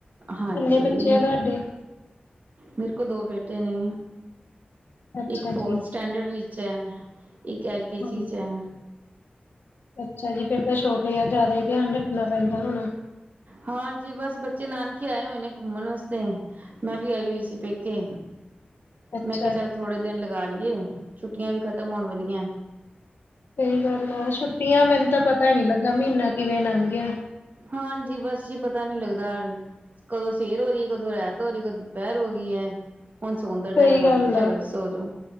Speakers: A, on the left; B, on the right.
A: ਕਿੰਨੇ
B: ਹਾਂਜੀ
A: ਬੱਚੇ ਆ ਤੁਹਾਡੇ
B: ਮੇਰੇ ਕੋਲ ਦੋ ਬੇਟੇ ਨੇ
A: ਅੱਛਾ
B: ਇੱਕ ਫੋਰਥ
A: ਜੀ
B: ਸਟੈਂਡਰਡ ਵਿੱਚ ਹੈ ਇੱਕ ਐਲ ਕੇ
A: ਹਾਂ,
B: ਜੀ ਚ ਹੈ।
A: ਅੱਛਾ ਜੀ ਫੇਰ ਤਾਂ ਛੋਟੇ ਆ ਜ਼ਿਆਦਾ ਹੀ ਧਿਆਨ ਰੱਖਣਾ ਪੈਂਦਾ ਹੋਣਾ।
B: ਹਾਂਜੀ ਬਸ ਬੱਚੇ ਨਾਨਕੇ ਆਏ ਹੋਏ ਨੇ ਘੁੰਮਣ ਵਾਸਤੇ ਮੈਂ ਵੀ ਆਈ ਹੋਈ ਸੀ ਪੇਕੇ
A: ਅੱਛਾ
B: ਮੈਂ ਕਿਹਾ ਚੱਲ ਥੋੜੇ ਦਿਨ ਲਗਾ ਲਈਏ ਛੁੱਟੀਆਂ ਵੀ ਖ਼ਤਮ ਹੋਣ ਵਾਲੀਆਂ।
A: ਸਹੀ ਗੱਲ ਆ ਛੁੱਟੀਆਂ, ਮੈਨੂੰ ਤਾਂ ਪਤਾ ਨੀ ਲੱਗਾ ਮਹੀਨਾ ਕਿਵੇਂ ਨੰਘ ਗਿਆ।
B: ਹਾਂਜੀ ਬਸ ਜੀ ਪਤਾ ਨੀ ਲੱਗਦਾ, ਕਦੋਂ ਸਵੇਰ ਹੋ ਰਹੀ ਕਦੋਂ ਰੈਤ ਹੋ ਰਹੀ ਕ ਦੁਪਹਿਰ ਹੋ ਗਈ ਹੈ, ਹੁਣ ਸੋਣ ਦਾ
A: ਸਹੀ
B: ਟੈਮ ਆ
A: ਗੱਲ
B: ਗ ਚਲੋ ਸੋ ਜੋ